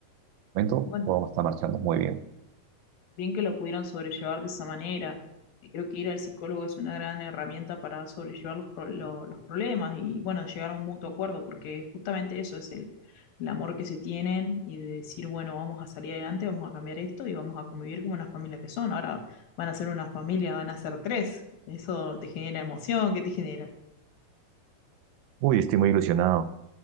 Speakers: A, on the right; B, on the left.
A: momento
B: Bueno,
A: o vamos a estar marchando muy bien?
B: bien que lo pudieron sobrellevar de esa manera. Y creo que ir al psicólogo es una gran herramienta para sobrellevar los, pro- lo- los problemas y, bueno, llegar a un mutuo acuerdo, porque justamente eso es el, el amor que se tienen y de decir, bueno, vamos a salir adelante, vamos a cambiar esto y vamos a convivir como una familia que son. Ahora van a ser una familia, van a ser tres. Eso te genera emoción, ¿qué te genera?
A: Uy, estoy muy ilusionado.